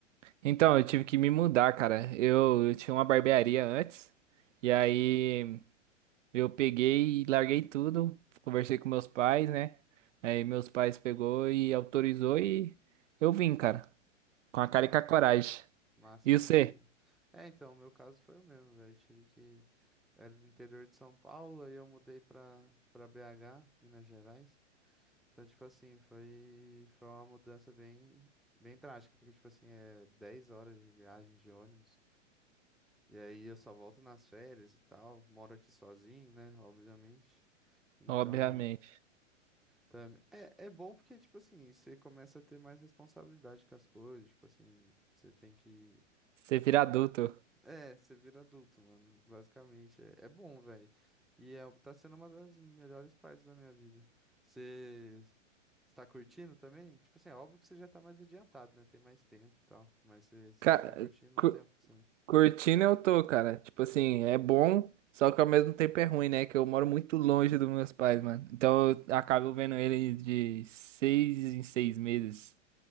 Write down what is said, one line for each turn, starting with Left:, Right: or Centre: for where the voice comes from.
Right: Então, eu tive que me mudar, cara. Eu, eu tinha uma barbearia antes. E aí. Eu peguei e larguei tudo, conversei com meus pais, né? Aí meus pais pegou e autorizou e eu vim, cara, com a
Centre: Que
Right: cara
Centre: ma
Right: e com a coragem.
Centre: massa
Right: E
Centre: demais,
Right: você?
Centre: né? É, então, o meu caso foi o mesmo, velho. Tive que. Era do interior de São Paulo, aí eu mudei pra, pra BH, Minas Gerais. Então, tipo assim, foi, foi uma mudança bem, bem drástica, porque, tipo assim, é 10 horas de viagem de ônibus. E aí eu só volto nas férias e tal. Moro aqui sozinho, né? Obviamente. Então,
Right: Obviamente.
Centre: também é, é bom porque, tipo assim, você começa a ter mais responsabilidade com as coisas, tipo assim, você tem que.
Right: Você vira adulto.
Centre: É, você vira adulto, mano, basicamente. É, é bom, velho. E é, tá sendo uma das melhores partes da minha vida. Você está curtindo também? Tipo assim, é óbvio que você já tá mais adiantado, né? Tem mais tempo e tal. Mas você, você
Right: Cara,
Centre: tá curtindo
Right: cu-
Centre: o tempo que você.
Right: curtindo eu tô, cara. Tipo assim, é bom, só que ao mesmo tempo é ruim, né? Que eu moro muito longe dos meus pais, mano. Então eu acabo vendo ele de seis em seis meses,